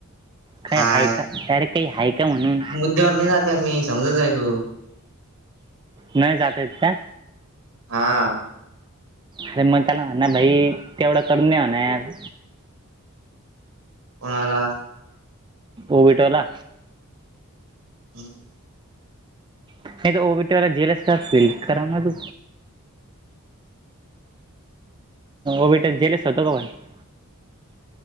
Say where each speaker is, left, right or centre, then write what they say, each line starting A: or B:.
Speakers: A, on the right (about 20°); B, on the right (about 65°).
A: खाय
B: काय
A: हाय का अरे काही हाई का म्हणून.
B: घर नाही जात हे रे मी समजत जाय तु.
A: नाही जात हे त का?
B: हा.
A: अरे मंग त्याला म्हना भाई तेवढं करून दे म्हणा यार. <inaudible>
B: कोणाला?
A: ओ विठला.
B: हो <inaudible>
A: नाही तर ओबीटी वाला झेलस <unintelligible> खराब फीलल कर ना तू. ओबीटल जेलस <unintelligible> शतगवण भाई